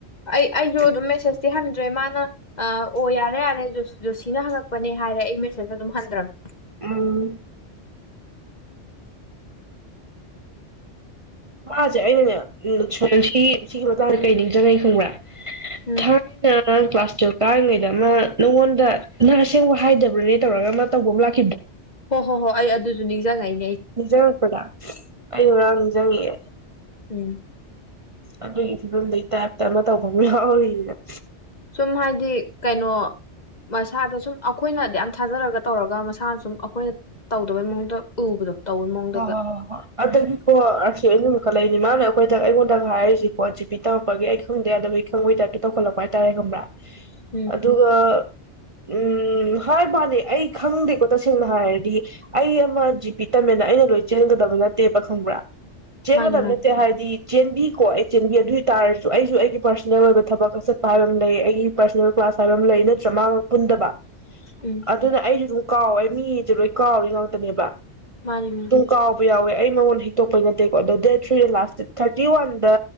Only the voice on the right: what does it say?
ꯎꯝ ꯃꯥꯁꯦ ꯑꯩꯅꯅꯦ ꯁꯣꯌꯟ ꯁꯤꯒꯤ ꯃꯇꯥꯡꯗ ꯀꯩ ꯅꯤꯡꯖꯅꯦ ꯈꯪꯕ꯭ꯔꯥ
<unintelligible> ꯀꯥꯔꯤꯉꯩꯗ ꯑꯃ ꯅꯪꯉꯣꯟꯗ ꯅꯪ ꯑꯁꯦꯡꯕ ꯍꯥꯏꯗꯕ꯭ꯔꯅꯦ ꯇꯧꯔꯒ ꯑꯃ ꯇꯧꯕ ꯑꯃ ꯂꯥꯛꯈꯤꯕꯗꯣ
ꯅꯤꯡꯖꯪꯉꯛꯄꯗ ꯑꯩꯅ ꯉꯥꯔꯥꯡ ꯅꯤꯡꯖꯪꯉꯛꯑꯦ
ꯑꯗꯨꯒꯤ ꯐꯤꯕꯝꯗꯩ ꯇꯥꯏꯞꯇ ꯑꯃ ꯇꯧꯕ ꯌꯥꯎꯔꯤꯌꯦ ꯅꯪ
ꯍꯣꯪꯍꯣ ꯍꯣꯢ ꯑꯗꯒꯤ ꯀꯣ ꯑꯁꯤ ꯆꯥꯎꯈꯠꯂꯛꯏꯅꯤ ꯃꯥꯅ ꯑꯩꯈꯣꯏꯪ ꯑꯩꯉꯣꯟꯗ ꯍꯥꯏꯔꯤꯁꯤꯀꯣ ꯖꯤ ꯄ ꯇꯝꯃꯛꯄꯒꯤ ꯑꯩ ꯈꯪꯗꯦ ꯑꯗꯨꯕꯨ ꯑꯩ ꯈꯪꯕꯒꯤ ꯇꯥꯏꯞꯇ ꯇꯧꯈꯠꯂꯛꯄ ꯍꯥꯏꯇꯥꯔꯦ ꯈꯪꯕ꯭ꯔꯥ
ꯑꯗꯨꯒ ꯎꯝ ꯍꯥꯏ ꯕꯥ ꯋꯥꯅꯤ ꯑꯩ ꯈꯪꯗꯦꯀꯣ ꯇꯁꯦꯡꯅ ꯍꯥꯏꯔꯗꯤ ꯑꯩ ꯑꯃ ꯖꯤ ꯄꯤ ꯇꯝꯃꯦ ꯑꯩꯅ ꯂꯣꯏ ꯆꯦꯟꯒꯗꯕ ꯅꯠꯇꯦꯕ ꯈꯪꯕ꯭ꯔꯥ ꯆꯦꯟꯒꯗꯕ
ꯅꯠꯇꯦ ꯍꯥꯏꯗꯤ ꯆꯦꯟꯕꯤꯀꯣ ꯑꯩ ꯆꯦꯟꯕꯤ ꯑꯗꯨ ꯑꯣꯏꯇꯥꯥꯔꯁꯨ ꯑꯩꯁꯨ ꯑꯩꯒꯤ ꯄꯥꯔꯁꯣꯅꯦꯜ ꯑꯣꯏꯕ ꯊꯕꯛ ꯀ ꯆꯠꯄ ꯍꯥꯏꯕ ꯑꯃ ꯂꯩ ꯑꯩꯒꯤ ꯄꯔꯁꯣꯅꯦꯜ ꯀ꯭ꯂꯥꯁ ꯍꯥꯏꯕ ꯑꯃ ꯂꯩ ꯅꯠꯇ꯭ꯔ ꯃꯥꯒ ꯄꯨꯟꯗꯕ
ꯑꯗꯨꯅ ꯑꯩꯒꯤꯖꯨ ꯀꯥꯎꯋꯦ ꯃꯤꯁꯦ ꯂꯣꯏ ꯀꯥꯎꯔꯤ ꯉꯥꯛꯇꯅꯦꯕ
ꯑꯗꯨꯝ ꯀꯥꯎꯕ ꯌꯥꯎꯋꯦ ꯑꯩ ꯃꯉꯣꯟ ꯍꯤꯛꯇꯣꯛꯄꯩ ꯅꯠꯇꯦꯀꯣ ꯑꯣ ꯗꯦꯠ ꯊ꯭ꯔꯤꯗ ꯂꯥꯁ ꯊꯥꯔꯇꯤ ꯋꯥꯟ ꯗ